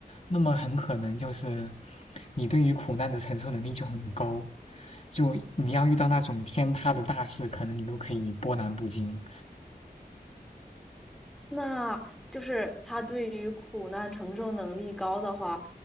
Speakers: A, on the left; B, in the centre.
A: 那么很可能就是你对于苦难的承受能力就很高，就你要遇到那种天塌的大事，可能你都可以波澜不惊。
B: 那就是他对于苦难承受能力高的话，